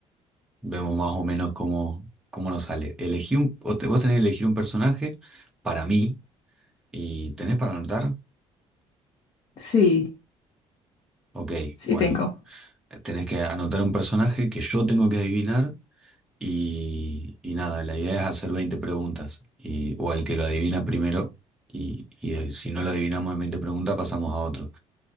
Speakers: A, in the centre; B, on the left (about 45°).
A: vemos más o menos cómo, cómo nos sale. Elegí un, o te- vos tenés que elegir un personaje para mí y tenés para anotar.
B: Sí,
A: Ok,
B: sí
A: bueno,
B: tengo.
A: tenés que anotar un personaje que yo tengo que adivinar y, y nada, la idea es hacer 20 preguntas y, o el que lo adivina primero y, y, eh, si no lo adivinamos en 20 preguntas pasamos a otro.